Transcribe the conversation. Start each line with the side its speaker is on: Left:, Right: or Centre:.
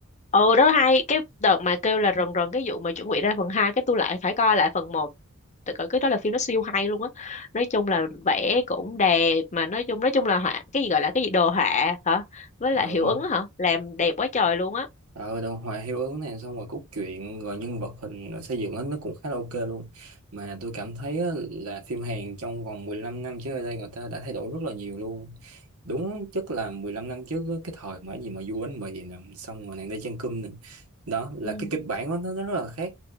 Left: ừ đó hay cái đợt mà kêu là rần rần cái vụ mà chuẩn bị ra phần 2 cái tôi lại phải coi lại phần một tại cỡ cái đó là phim nó siêu hay luôn á nói chung là vẽ cũng đẹp mà nói chung nói chung là họa cái gì gọi là cái gì đồ họa hả với
Right: ừ.
Left: lại hiệu ứng hả làm đẹp quá trời luôn á
Right: Ờ, đồ hòa hiệu ứng này xong rồi cốt truyện rồi nhân vật hình xây dựng hết nó cũng khá là ok luôn mà tôi cảm thấy á, là phim Hàn trong vòng 15 năm trước ở đây người ta đã thay đổi rất là nhiều luôn đúng chắc là 15 năm trước á, cái thời mà cái gì mà du bánh mì nè xong rồi nàng đi chân cơm nè đó là
Left: Ừ.
Right: cái kịch bản của nó, nó rất là khác